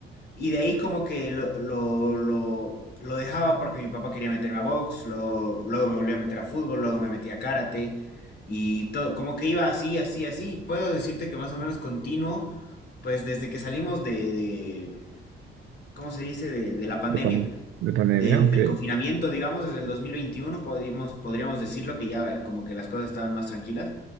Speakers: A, on the left; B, on the right.
A: Y de ahí como que lo, lo, lo, lo dejaba porque mi papá quería meterme a box, luego, luego me volvió a meter a fútbol, luego me metí a karate y todo, como que iba así, así, así. Puedo decirte que más o menos continuo, pues desde que salimos de, de- ¿cómo se dice?, de, de la pandemia,
B: De, pan- de pandemia,
A: de-
B: ok.
A: del confinamiento, digamos, desde el 2021 podríamos, podríamos decirlo que ya como que las cosas estaban más tranquilas.